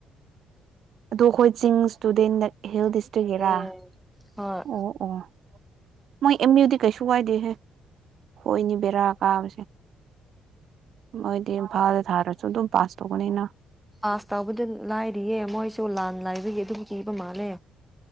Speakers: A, on the right; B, in the centre.
A: ꯑꯗꯣ ꯑꯩꯈꯣꯏ ꯆꯤꯡ ꯏꯁꯇꯨꯗꯦꯟ ꯍꯦꯜꯗꯤꯁꯇꯛ ꯏꯔꯥ
B: ꯎꯝ ꯍꯣꯏ
A: ꯑꯣ ꯑꯣ ꯃꯣꯏ ꯑꯦꯝ ꯌꯨꯗꯤ ꯀꯩꯁꯨ ꯀꯏꯗꯦꯍꯦ ꯈꯣꯏꯅꯤ ꯕꯦꯔꯥ ꯀꯥꯕꯁꯦ ꯃꯣꯏꯗꯤ ꯏꯝꯐꯥꯜꯗ ꯊꯥꯔꯁꯨ ꯑꯗꯨꯝ ꯄꯥꯁ ꯇꯧꯕꯅꯤꯅ
B: ꯑꯥꯁ ꯇꯥꯎꯕꯗ ꯂꯥꯏꯔꯤꯌꯦ ꯃꯣꯏꯁꯨ ꯂꯥꯟ ꯂꯥꯏꯕꯒꯤ ꯑꯗꯨꯝ ꯀꯤꯕ ꯃꯥꯜꯂꯦ